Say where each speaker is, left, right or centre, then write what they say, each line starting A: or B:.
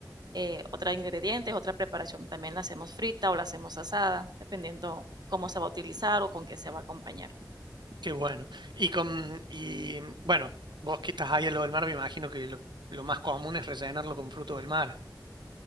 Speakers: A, on the right; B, on the right.
A: eh, otros ingredientes, otra preparación. También la hacemos frita o la hacemos asada, dependiendo cómo se va a utilizar o con qué se va a acompañar.
B: Qué bueno. Y con, y mm, bueno, vos que estás ahí en lo del mar, me imagino que lo, lo más común es rellenarlo con fruto del mar.